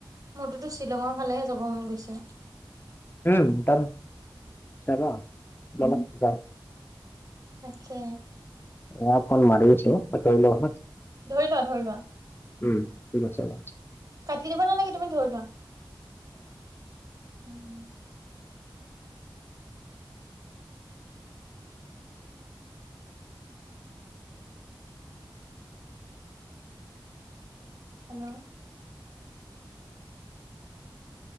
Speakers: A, on the right; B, on the left.
A: মোৰটোতো শ্বিলঙৰ ফালেহে যাব মন গৈছে।
B: উম তাত, যাবা বলা যাওঁ।
A: তাকে
B: এয়া ফোন মাৰি আছে। পাতি ল‌ওঁ হা।
A: ধৰি লোৱা ধৰি লোৱা।
B: উম, ঠিক আছে বাৰু।
A: কাটি দিব নালাগে তুমি ধৰি লোৱা। উম উম। হেল্ল'।